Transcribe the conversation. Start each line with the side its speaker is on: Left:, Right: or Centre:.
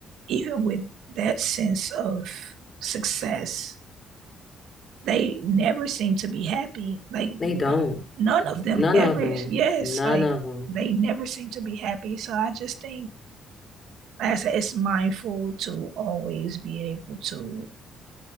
Right: even with that sense of success they never seem to be happy. Like
Left: They
Right: none,
Left: don't.
Right: none of them
Left: None
Right: ever.
Left: of them.
Right: Yes,
Left: None
Right: like
Left: of them.
Right: they never seem to be happy. So I just think, like I said, it's mindful to always be able to